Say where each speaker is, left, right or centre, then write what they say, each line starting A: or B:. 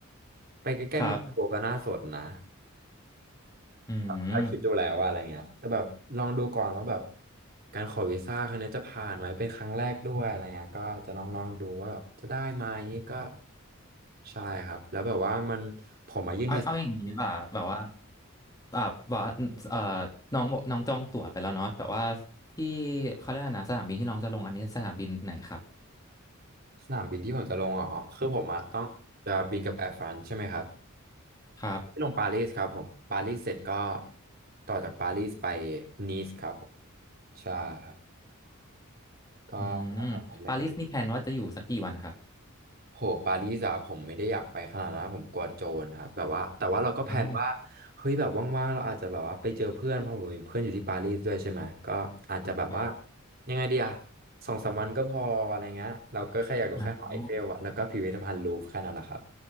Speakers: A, on the right; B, on the left.
A: ไปใกล้ๆโมนาโคก็น่าสนนะ
B: ครับอืม
A: ถ้าคิดดูแล้วว่าอะไรเงี้ยแต่แบบลองดูก่อนว่าแบบการขอวีซ่าครั้งนี้จะผ่านไหมเป็นครั้งแรกด้วยอะไรเงี้ยก็จะลองลองดูว่าแบบจะได้ไหมก็ใช่ครับแล้วแบบว่ามันผมมายื่นวีซ่า
B: เอาเอาอย่างนี้ดีกว่าแบบว่าแบบว่าเอ่อน้องบอกน้องจองตั๋วไปแล้วเนาะแบบว่าที่เขาเรียกอะไรนะสนามบินที่น้องจะลงอันนี้สนามบินไหนครับ
A: สนามบินที่ผมจะลงอ๋อคือผมอะต้องจะบินกับแอร์ฟรานซ์ใช่ไหมครับ
B: ครับ
A: ไปลงปารีสครับผมปารีสเสร็จก็ต่อจากปารีสไปนีสครับผมใช่ครับก็แถวๆนั้นเลยครับ
B: อืมปารีสนี่แพลนว่าจะอยู่สักกี่วันครับ
A: โหปารีสอะผมไม่ได้อยากไปขนาดนั้นผมกลัวโจรครับแบบว่าแต่ว่าเราก็แพลนว่า
B: เอา
A: เฮ้ยแบบว่างๆเราอาจจะแบบว่าไปเจอเพื่อนเพราะผมมีเพื่อนอยู่ที่ปารีสด้วยใช่ไหมก็อาจจะแบบว่า
B: ครับ
A: ยังไงดีอะสองสามวันก็พออะไรเงี้ยเราก็แค่อยากดูแค่หอไอเฟลอะแล้วก็พิพิธภัณฑ์ลูฟร์แค่นั้นแหละครับ
B: อ่า